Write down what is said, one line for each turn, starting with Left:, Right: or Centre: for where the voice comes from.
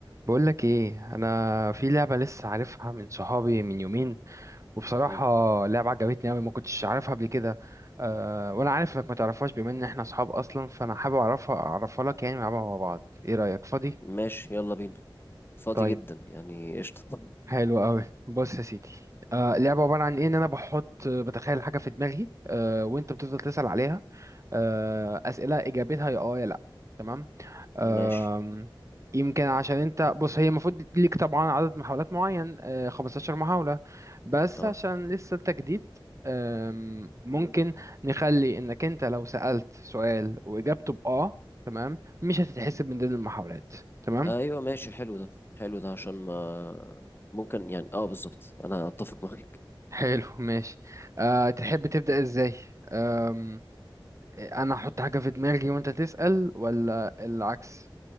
Right: بقولك ايه انا في لعبة لسه عارفها من صحابي من يومين وبصراحة
Left: مم.
Right: لعبة عجبتني اوي ما كنتش عارفها قبل كده أه وانا عارف انك ما تعرفهاش بما ان احنا صحاب اصلا فانا حابب اعرفها اعرفها لك يعني نلعبها مع بعض ايه رأيك فاضي
Left: ماشي يلا بينا فاضي
Right: طيب
Left: جدا يعني قشطة
Right: حلو قوي بص يا سيدي أه لعبة عبارة عن ايه ان انا بحط بتخيل حاجة في دماغي أه وانت بتفضل تسأل عليها آه، أسئلة إجابتها يا آه يا لأ تمام آم،
Left: ماشي
Right: يمكن عشان أنت بص هي المفروض ليك طبعا عدد محاولات معين آه، 15 محاولة بس
Left: اه
Right: عشان لسه أنت جديد آم، ممكن نخلي إنك أنت لو سألت سؤال وإجابته بآه تمام مش هتتحسب من ضمن المحاولات تمام
Left: ايوه ماشي حلو ده حلو ده عشان ما ممكن يعني اه بالظبط انا اتفق معاك
Right: حلو ماشي أه تحب تبدأ إزاي أم، أنا أحط حاجة في دماغي وأنت تسأل ولا العكس